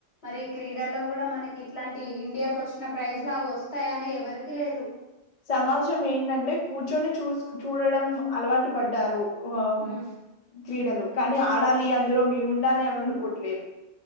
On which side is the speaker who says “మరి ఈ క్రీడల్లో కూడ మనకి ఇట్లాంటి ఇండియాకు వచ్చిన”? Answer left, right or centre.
Left